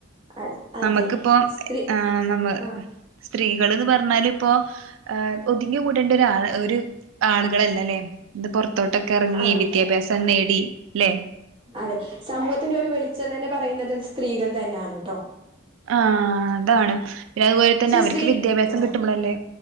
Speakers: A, on the right; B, on the right.
A: അത് അതെ
B: നമക്കിപ്പോ
A: സ്ത്രീ
B: നമ്മ
A: ആ
B: സ്ത്രീകൾന്ന് പറഞ്ഞാൽ ഇപ്പോൊ ഒതുങ്ങി കൂടേണ്ടരാൾ ഒരു ആളുകളല്ല അല്ലേ ഇത് പുൊറത്തോട്ടൊക്കെ ഇറങ്ങി
A: അതെ
B: വിദ്യാഭ്യാസം നേടി അല്ലെ
A: അതെ സമൂഹത്തിന്റെ ഒരു വെളിച്ചം തന്നെ പറയുന്നത് സ്ത്രീകൾ തന്നെയാണ് കേട്ടോ
B: ആ അതാണ് പിന്നെ അതുപോലെ തന്നെ
A: പക്ഷെ
B: അവർക്ക്
A: സ്ത്രീ
B: വിദ്യാഭ്യാസം
A: ആഹ്
B: കിട്ടുമ്പോല്ലേ